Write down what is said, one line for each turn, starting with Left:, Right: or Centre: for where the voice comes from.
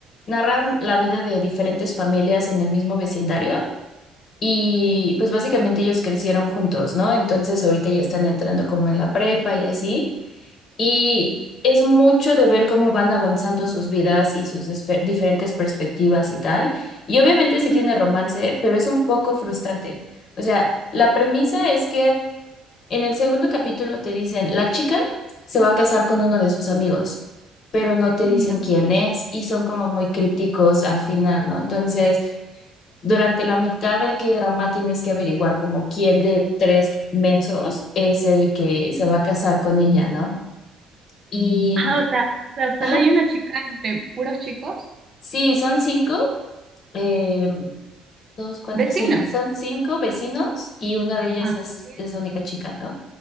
Left: narran la vida de diferentes familias en el mismo vecindario y pues básicamente ellos crecieron juntos, ¿no? Entonces ahorita ya están entrando como en la prepa y así. Y es mucho de ver cómo van avanzando sus vidas y sus esfe- diferentes perspectivas y tal. Y obviamente sí
Right: Ujú,
Left: tiene romance, pero es un poco frustrante. O sea, la premisa
Right: sí,
Left: es que en el segundo capítulo te dicen, la chica se va a casar con uno de sus amigos, pero no te
Right: Ya.
Left: dicen quién es y son como muy crípticos al final, ¿no? Entonces, durante la mitad del K-drama tienes que averiguar como quién de tres mensos es el que se va a casar con ella, ¿no? Y,
Right: Ah, o sea, o sea, solo
Left: ajá,
Right: hay una chica entre puros chicos,
Left: sí, son cinco, eh, dos, cuatro,
Right: vecinos.
Left: sí, son cinco vecinos y una de ellas
Right: Ah,
Left: es,
Right: ok.
Left: es la única chica, ¿no?